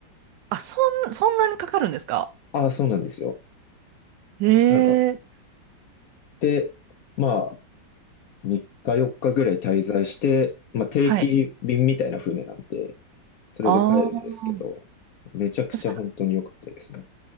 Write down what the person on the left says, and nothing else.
ああ、そうなんですよ。
なんか、
で、まあ、3日4日ぐらい滞在して、まあ、定期便みたいな船なんで、
それで帰るんですけど、
めちゃくちゃ本当に良かったですね。